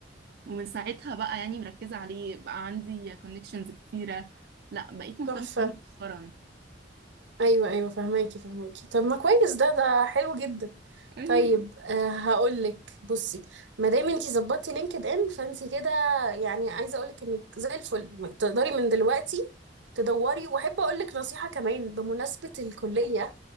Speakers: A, on the right (about 60°); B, on the right (about 85°).
A: ومن ساعتها بقى يعني مركزه عليه بقى عندي كونكشنز كتيره لا بقيت مهتمه
B: تحفه
A: بيه مؤخرا
B: ايوه ايوه فهماكي فهماكي طب ما كويس ده ده حلو جدا
A: ايوه
B: طيب آه، هقولك بصي ما دام انتي ظبطتي لينكد ان فانتي كده يعني عايزه اقولك انك زي الفل تقدري من دلوقتي تدوري واحب اقولك نصيحه كمان بمناسبه الكليه